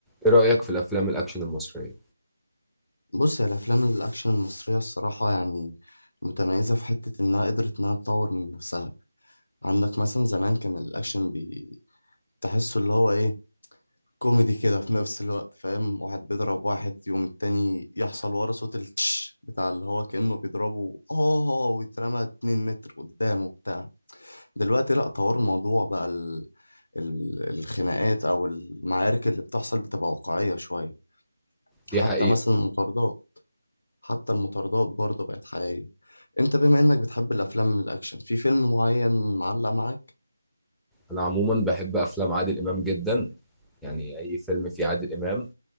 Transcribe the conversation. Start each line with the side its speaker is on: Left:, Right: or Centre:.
Centre: ايه رأيك في الافلام الاكشن المصرية
Left: بص هي الافلام الاكشن المصريه الصراحه يعني متميزه في حته انها قدرت انها تطور من نفسها عندك مثلا زمان كان الاكشن بي- تحسه اللي هو ايه كوميدي كده في نفس الوقت فاهم واحد بيضرب واحد يوم التاني يحصل ورا صوت التش بتاع اللي هو كأنه بيضربه اه ويترمى 2 متر قدامه بتاع دلوقتي لا طور الموضوع بقى ال... ال... الخناقات او المعارك اللي بتحصل بتبقى واقعيه شويه
Centre: دي
Left: حتى
Centre: حقيقة
Left: مثلا المطاردات حتى المطاردات برضه بقت حقيقية انت بما انك بتحب الافلام الاكشن في فيلم معين معلق معاك
Centre: انا عموما بحب افلام عادل امام جدا يعني اي فيلم فيه عادل امام